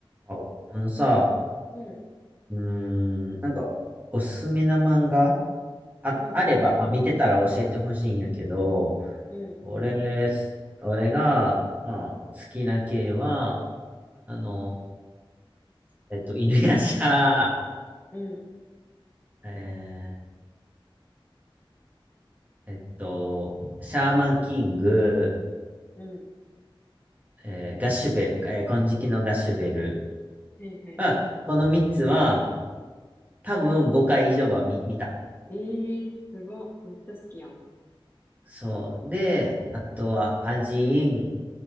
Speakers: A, on the right; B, on the left.
A: あ、あのさ、
B: うん、
A: うーん、なんか、おすすめな漫画あ、
B: うん、
A: あれば、
B: うん、
A: まあ、見てたら教えてほしいんやけど、
B: うん、
A: 俺、俺が、まあ、好きな系は、あの、えっと、犬夜叉、
B: うん、
A: えーえっと、シャーマンキング、
B: うん。
A: えーガッシュベルか、えー金色のガッシュベル。
B: はいはい。
A: あ、この3つは、多分5回以上は見、見た。
B: ええー、すごっ。めっちゃ好きやん。
A: そう。で、あとは、アジーン、